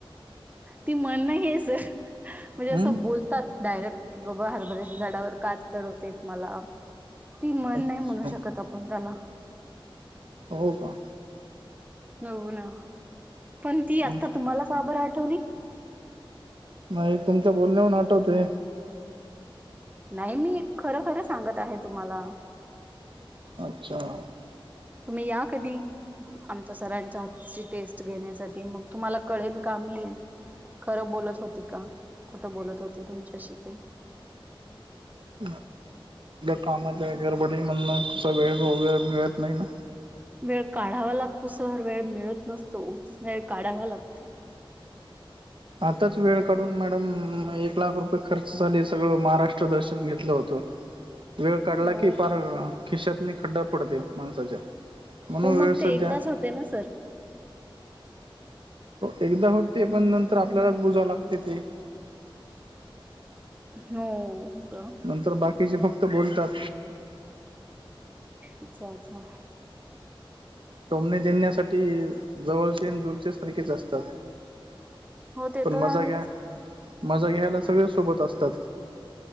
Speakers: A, on the right (about 15°); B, on the right (about 65°).
A: ती म्हण नाहीय, सर म्हणजे
B: हं?
A: असं बोलतात डायरेक्ट की बाबा हरभऱ्याच्या झाडावर का चढवतेस मला? ती म्हण
B: अच्छा
A: नाही, म्हणू शकत आपण त्याला
B: हो का?
A: हो ना, पण ती
B: मग
A: आता तुम्हाला का बंर आठवली?
B: एक तुमच्या बोलण्यावून आठवतय
A: नाही मी खर खर सांगत आहे तुम्हाला.
B: अच्छा.
A: तुम्ही या कधीही. आमच्या सरांच्या हातची टेस्ट घेण्यासाठी मग तुम्हाला कळेल का मी. खर बोलत होती का खोट बोलत होती तुमच्याशी ते.
B: <unintelligible> कामाच्या गरबडीमधून असा वेळ वगैरे मिळत नाही ना.
A: वेळ काढावा लागतो सर वेळ मिळत नसतो वेळ काढावा लागतो.
B: आताच वेळ काढून मॅडम एक लाख रुपये खर्च झाले सगळ महाराष्ट्र दर्शन घेतल होत.
A: <inaudible>
B: वेळ काढला
A: हो
B: की पार खिशातनी खड्डा पडतय माणसाच्या. म्हणून
A: हो
B: वेळ
A: मग ते
B: सध्या
A: एकदाच होते ना सर.
B: एकदा होते पण नंतर आपल्यालाच बुजाव लागते ते.
A: हो.
B: नंतर बाकीचे फक्त बोलतात.
A: अच्छा अच्छा.
B: टोमणे देण्यासाठी जवळचे दुरचे सारखेच असतात.
A: हो ते
B: पण
A: तर
B: मजा
A: आहेच
B: घ्या मजा घ्यायला सगळे सोबत असतात.